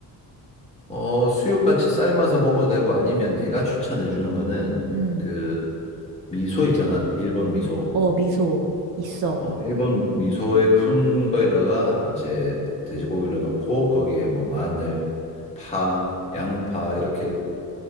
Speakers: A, on the left; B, on the right.
A: 어, 수육같이 삶아서 먹어도 되고 아니면 내가 추천해 주는 거는
B: 음,
A: 그 미소 있잖아. 일본 미소.
B: 어, 미소 있어.
A: 어, 일본 미소에 푼 거에다가 이제 돼지고기를 넣고 거기에 뭐 마늘, 파, 양파 이렇게